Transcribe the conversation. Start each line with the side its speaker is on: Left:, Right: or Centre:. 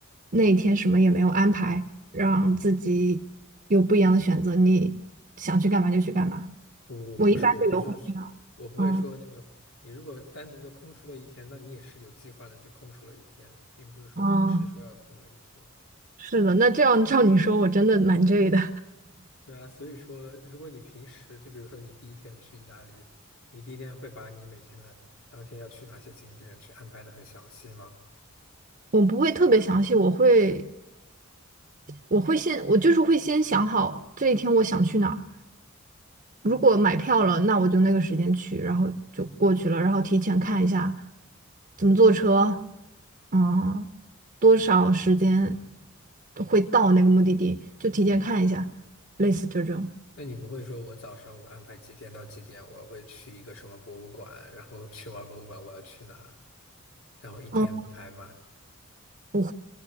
Right: 那一天什么也没有安排，让自己有不一样的选择，你想去干嘛就去干嘛。
Left: 我我不是，
Right: 我一般都游会这样，
Left: 我不是，我不会说那个。
Right: 嗯
Left: 你如果单独的空出了一天，那你也是有计划的去空出了一天，并不是说临时说要空了一天。
Right: 嗯，是的，那这样照你说，我真的蛮 J 的。
Left: 对啊，所以说，如果你平时就比如说你第一天去意大利，你第一天会把你每天的当天要去哪些景点去安排的很详细吗？
Right: 我不会特别详细，我会我会先我就是会先想好这一天我想去哪儿。如果买票了，那我就那个时间去，然后就过去了，然后提前看一下怎么坐车，嗯，多少时间会到那个目的地，就提前看一下，类似这种。
Left: 那你不会说我早上我安排几点到几点，我会去一个什么博物馆，然后去完博物馆我要去哪，然后一天排满，
Right: 嗯，不